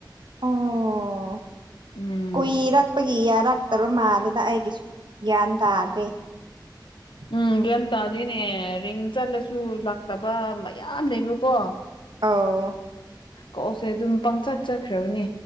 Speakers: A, on the right; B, on the left.
A: ꯑꯣ
B: ꯎꯝ
A: ꯀꯨꯏꯔꯛꯄꯒꯤ ꯌꯥꯔꯛꯇꯕ ꯃꯥꯜꯂꯦꯗ ꯑꯩꯒꯤꯁꯨ ꯒ꯭ꯌꯥꯟ ꯇꯥꯗ꯭ꯔꯦ ꯎ
B: ꯎꯝ ꯒ꯭ꯌꯥꯟ ꯇꯥꯗꯣꯏꯅꯦ ꯔꯤꯡ ꯆꯠꯂꯁꯨ ꯂꯥꯛꯇꯕ ꯃꯌꯥꯝ ꯂꯩꯕꯀꯣ
A: ꯑꯥꯎ
B: ꯀꯣꯛꯁꯦ ꯑꯗꯨꯝ ꯄꯪꯆꯠ ꯆꯠꯈ꯭ꯔꯕꯅꯤ